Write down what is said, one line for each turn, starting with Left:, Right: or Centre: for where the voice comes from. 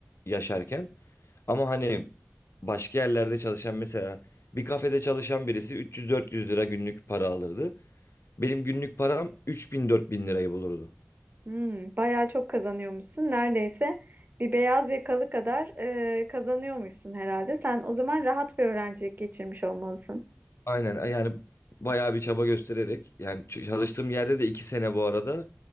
Left: yaşarken. Ama hani başka yerlerde çalışan mesela bir kafede çalışan birisi 300-400 lira günlük para alırdı. Benim günlük param 3000-4000 lirayı bulurdu.
Right: Hmm, bayağı çok kazanıyormuşsun. Neredeyse bir beyaz yakalı kadar e, kazanıyormuşsun herhalde. Sen o zaman rahat bir öğrencilik geçirmiş olmalısın.
Left: Aynen yani bayağı bir çaba göstererek yani ç- çalıştığım yerde de 2 sene bu arada